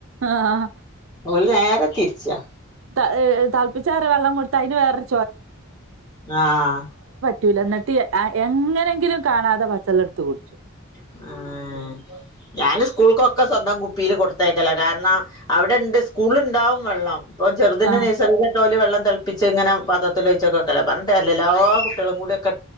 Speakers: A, on the right; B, on the left.
A: ആഹ്
B: ഓല് നേരെ തിരിച്ചാ
A: ത തളപ്പിച്ചാറിയ വെള്ളം കൊടുത്ത അതിന് വേറൊരു
B: ആഹ്
A: തുലർന്നത്തിയെ എങ്ങനെങ്കിലും കാണാതെ പച്ചള്ളടുത്ത് കുടിച്ചു
B: ഉം ഞാന് സ്കൂൾക്കൊക്കെ സ്വന്തം കുപ്പിയില് കൊടുത്തേക്കല്ല കാരണം അവിടെ ഇണ്ട് സ്കൂളിണ്ടാവും വെള്ളം ഇപ്പ ചെറുതിന്റെ
A: ആഹ്
B: നേഴ്സറിട്ടോലും വെള്ളം തിളപ്പിച്ച് ഇങ്ങനെ പാത്രത്തിൽ ഒഴിച്ചൊക വെക്കലാ പറഞ്ഞിട്ട് കാര്യല്ല എല്ലാ കുട്ടികളും കൂടിയക്കെ